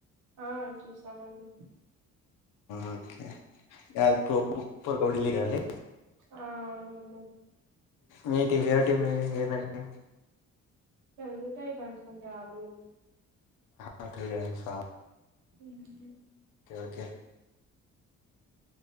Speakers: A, on the right; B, on the left.
A: ఆ చూస్తామండి
B: ఓకే ప్రో కబడ్డీ లో కదండీ
A: ఆ అవునండి
B: మీకు ఫేవరెట్ టీమ్ ఏందండి
A: దొరుకుతాయి డానికి సంబందించిన అప్ లో
B: నాకు తెలుసు
A: మ్మ్
B: ఓకే